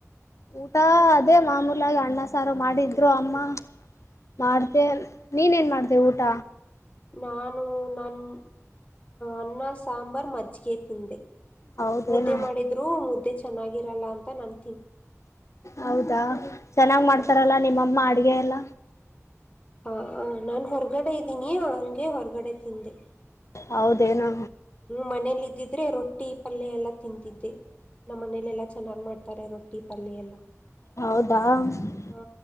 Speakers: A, on the left; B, on the left.
A: ಊಟ ಅದೇ ಮಾಮೂಲಾಗ್ ಅಣ್ಣ ಸಾರು ಮಾಡಿದ್ರು ಅಮ್ಮ. ಮಾಡ್ದೆ ನೀನ್ ಏನ್ ಮಾಡ್ದೆ ಊಟ.
B: ನಾನು ನನ್ ಅನ್ನ ಸಾಂಬಾರ್ ಮಜ್ಗೆ ತಿಂದೆ.
A: ಹೌದೇನು
B: ಮುದ್ದೆ ಮಾಡಿದ್ರು ಮುದ್ ದ್ದೆ ಚೆನ್ನಾಗಿರಲ್ಲ ಅಂತ ನನ್
A: ಹೌದಾ ಚೆನ್ನಾಗ್
B: ಹ
A: ಮಾಡ್ತಾರಲ್ಲ ನಿಮ್ಮಮ್ಮ ಅಡ್ಗೆ ಎಲ್ಲ.
B: ಹ ನಾನ್ ಹೊರ್ಗಡೆ ಇದ್ದೀನಿ ಹಂಗೆ ಹೊರ್ಗಡೆ ತಿಂದೆ.
A: ಹೌದೇನು
B: ಹ್ಮ್ ಮನೇಲಿ ಇದ್ದಿದ್ರೆ ರೊಟ್ಟಿ ಪಲ್ಯ ಎಲ್ಲಾ ತಿಂತಿದ್ದೆ ನಮ್ಮ್ ಮನೇಲೆಲ್ಲಾ ಚೆನ್ನಾಗ್ ಮಾಡ್ತಾರೆ ರೊಟ್ಟಿ ಪಲ್ಯ ಎಲ್ಲ.
A: ಹೌದಾ ಹ್ಮ್
B: ಹ